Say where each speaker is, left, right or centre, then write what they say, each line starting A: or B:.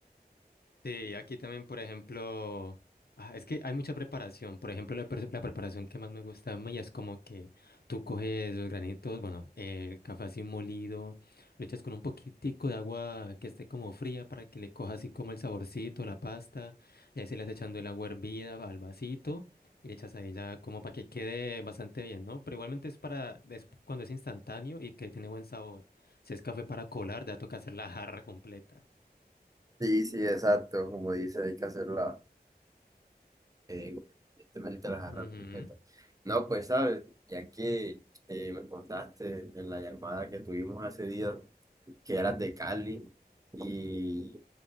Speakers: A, on the left; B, on the right.
A: Sí, aquí también, por ejemplo, ah, es que hay mucha preparación. Por ejemplo, la, pre- la preparación que más me gusta a mí es como que tú coges los granitos, bueno, el café así molido, lo echas con un poquitico de agua que esté como fría para que le coja así como el saborcito, la pasta, y ahí se le vas echando el agua hervida al vasito y le echas ahí ya como para que quede bastante bien, ¿no? Pero igualmente es para des- cuando es instantáneo y que tiene buen sabor. Si es café para colar, ya toca hacer la jarra completa.
B: Sí, sí, exacto, como dice, hay que hacerla eh, evidentemente la jarra
A: Ujú.
B: completa. No, pues sabes, ya que eh, me contaste en la llamada que tuvimos hace día que eras de Cali y